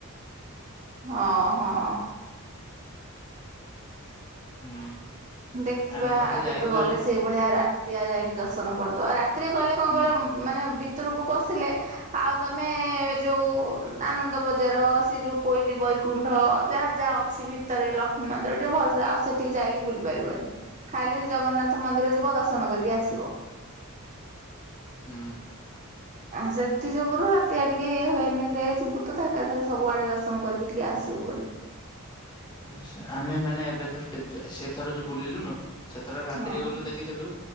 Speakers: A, on the right; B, on the left.
A: ହଁ ହଁ।
B: ହୁଁ
A: ଦେଖିବା
B: ଆମେ ଥରଟେ
A: ଆଉ କେବେ
B: ଯାଇଥିଲୁ
A: ଗଲେ ସେଇଭଳିଆ ରାତି ଆ ଯାଇକି ଦର୍ଶନ କରିଦବା ଆଉ ରାତିରେ ଗଲେ କଣ
B: ହୁଁ
A: କହିଲ। ମାନେ ଭିତରକୁ ପଶିଲେ ଆଉ ତମେ ଯୋଉ। ଆନନ୍ଦ ବଜାର ସେ ଯୋଉ- କୋଇଲି ବୈକୁଣ୍ଠ ଯାହା ଯାହା ଅଛି ଭିତରେ ଲକ୍ଷ୍ମୀ ମନ୍ଦିର ଟିକେ ଭଲ ଆଉ ସେତିକି ଯାଇକି ବୁଲି- ବୁଲିପାରିବନି। ଖାଲି ସେ ଜଗନ୍ନାଥ ମନ୍ଦିର ଯିବ ଦର୍ଶନ କରିକି ଆସିବ।
B: ହୁଁ।
A: ସେଥି ଯୋଗୁରୁ ରାତିଆ ଟିକେ ଇଏ ହୁଏନି ଦେ ଯିବୁ ତ ଏକାଥରେ ସବୁଆଡେ ଦର୍ଶନ କରିକି ଟିକେ ଆସିବୁ ବୋଲି।
B: ଆଛା ଆମେ ମାନେ ଏବେଥ ସେଥର ଯୋଉ ବୁଲିଲୁନୁ ସେଥର ରାତିରେ
A: ହଁ
B: ଗଲୁ ଦେଖିଦେଲୁ।